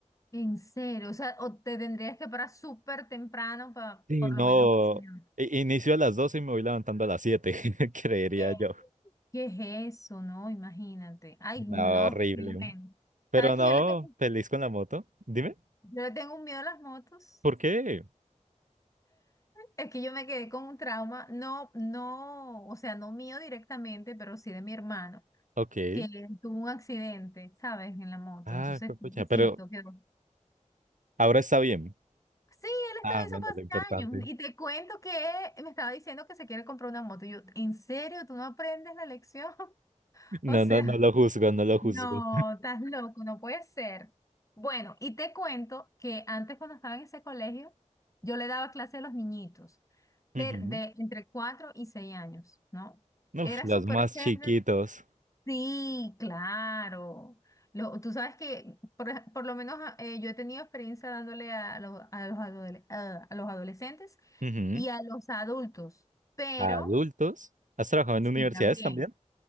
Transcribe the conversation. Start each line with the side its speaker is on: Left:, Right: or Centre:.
Left: En serio. O sea, o te tendrías que parar súper temprano para
Right: Sí,
Left: por
Right: No,
Left: lo menos que sea.
Right: i- inicio a las 12 y me voy levantando a las 7. <laughs> creería
Left: Eh,
Right: yo.
Left: ¿Qué es eso? No, imagínate. Ay,
Right: No,
Left: no,
Right: horrible.
Left: qué bueno.
Right: Pero
Left: ¿Sabes que
Right: no,
Left: yo le tengo,
Right: feliz con la moto. Dime,
Left: yo le tengo un miedo a las motos?
Right: ¿por qué?
Left: Es que yo me quedé con un trauma, no, no, o sea, no mío directamente, pero sí de mi hermano,
Right: Ok.
Left: que tuvo un accidente, ¿sabes? En la moto.
Right: Ah,
Left: Entonces,
Right: pues,
Left: pobrecito,
Right: pucha, pero
Left: quedó.
Right: ahora está bien.
Left: Sí, él está
Right: Ah,
Left: en
Right: bueno,
Left: eso hace
Right: lo importante.
Left: años. Y te cuento que me estaba diciendo que se quiere comprar una moto. Y yo, ¿en serio? ¿Tú no aprendes la lección? <laughs>
Right: No,
Left: O sea,
Right: no, no lo juzgo, no lo juzgo.
Left: no, estás loco, no puede ser. Bueno, y te cuento que antes cuando estaba en ese colegio, yo le daba clase a los niñitos,
Right: Ujú.
Left: pero de entre 4 y 6 años, ¿no? Era
Right: Uf, los
Left: súper
Right: más
Left: chévere.
Right: chiquitos.
Left: Sí, claro. Lo- tú sabes que por, ej- por lo menos ah, eh, yo he tenido experiencia dándole a, los, a, los, adole- a- a los adolescentes
Right: Ujú.
Left: y a los adultos, pero
Right: Adultos. ¿Has trabajado en
Left: sí,
Right: universidades
Left: también,
Right: también?